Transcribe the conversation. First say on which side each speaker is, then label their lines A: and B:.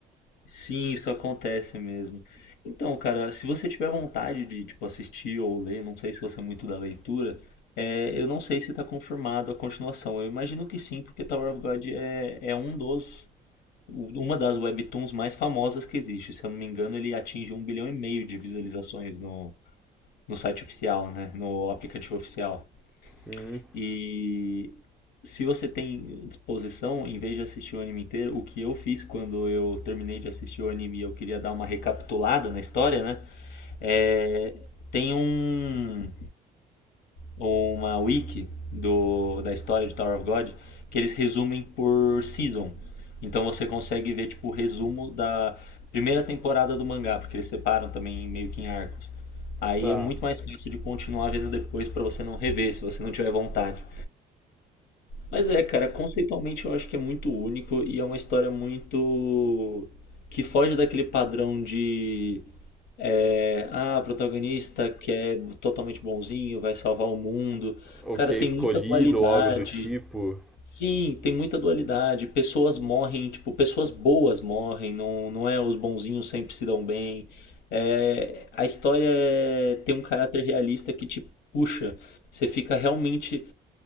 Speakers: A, on the left; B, in the centre.
A: Sim, isso acontece mesmo. Então, cara, se você tiver vontade de, tipo, assistir ou ler, não sei se você é muito da leitura, é, eu não sei se está confirmado a continuação. Eu imagino que sim, porque Tower of God é, é um dos, uma das webtoons mais famosas que existe. Se eu não me engano, ele atinge um bilhão e meio de visualizações no, no site oficial, né? No aplicativo oficial.
B: Hum,
A: E se você tem disposição, em vez de assistir o anime inteiro, o que eu fiz quando eu terminei de assistir o anime e eu queria dar uma recapitulada na história, né? É, tem um, uma wiki do, da história de Tower of God que eles resumem por season. Então você consegue ver tipo o resumo da primeira temporada do mangá, porque eles separam também meio que em arcos. Aí
B: tá.
A: é muito mais fácil de continuar vendo depois pra você não rever, se você não tiver vontade. Mas é, cara, conceitualmente eu acho que é muito único e é uma história muito. que foge daquele padrão de. É, ah, o protagonista que é totalmente bonzinho, vai salvar o mundo.
B: Ok,
A: Cara, tem
B: escolhido
A: muita dualidade.
B: ou algo do tipo.
A: Sim, tem muita dualidade. Pessoas morrem, tipo, pessoas boas morrem, não, não é os bonzinhos sempre se dão bem. É, a história é- tem um caráter realista que te puxa. Você fica realmente.